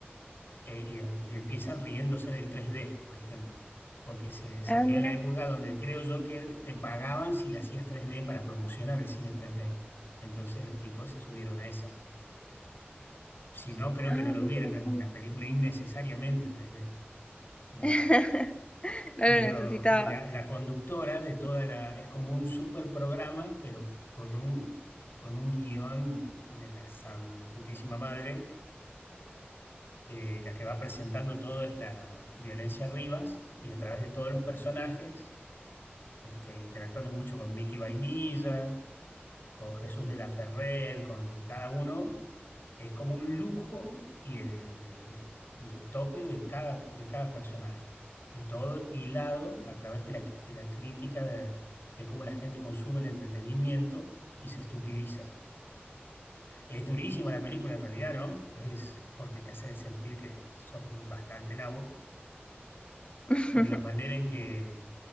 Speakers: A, on the left; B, on the left.
A: eh, y, y empiezan riéndose del 3D, por ejemplo, porque se salió
B: Ah, mira.
A: en la época donde creo yo que te pagaban si le hacías 3D para promocionar el cine 3D. Entonces los tipos se subieron a esa. Si no, creo
B: Ay,
A: que no lo
B: qué
A: hubieran,
B: interesante.
A: no es una película innecesariamente 3D. No.
B: <laughs> No
A: Y,
B: lo
A: lo,
B: necesitaba.
A: y la, la conductora de toda la... Es como un super programa, pero con un, con un guión de la san putísima madre. Eh, la que va presentando todo es la Violencia Rivas y a través de todos los personajes, este, interactuando mucho con Mickey Vainilla, con Jesús de la Ferrer, con cada uno, es como un lujo y el, y el tope de cada, de cada personaje. Y todo hilado a través de la, de la crítica de, de cómo la gente consume el entretenimiento y se estupidiza. Es durísima la película en realidad, ¿no? Es porque te hace sentir que son bastante nabo
B: <laughs>
A: por la manera en que